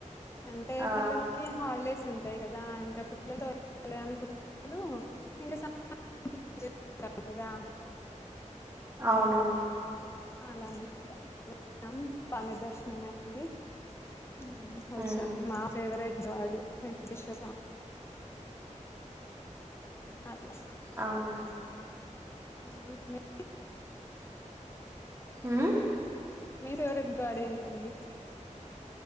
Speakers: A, on the left; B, on the right.
A: అంటే
B: ఆ
A: పిల్లలకి హాలిడేస్ ఉంటాయి కదా ఇంకా పిల్లలతో వెళ్లాలి అనుకునేవాళ్లు ఇంక సమ్మర్ హా <unintelligible> కదా
B: అవునవును
A: అలా అన్నమాట <unintelligible> బానే దర్శనం అయింది ఉ ఒచ్చా
B: హ్మ్
A: మా ఫేవరెట్ గాడ్ వెంకటేశ్వర స్వామ్ అట్ల
B: అవునులెండి
A: ఆ మి
B: హు
A: మీ ఫేవరెట్ గాడ్ ఏంటండి